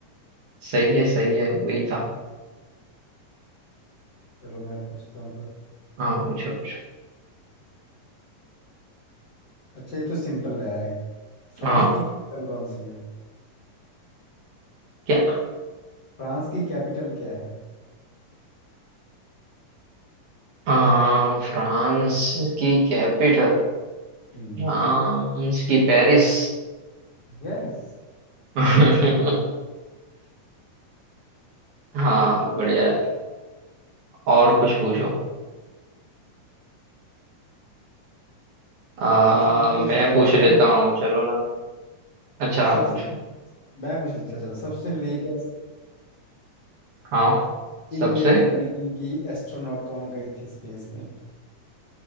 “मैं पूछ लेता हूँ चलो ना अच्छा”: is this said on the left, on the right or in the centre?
Right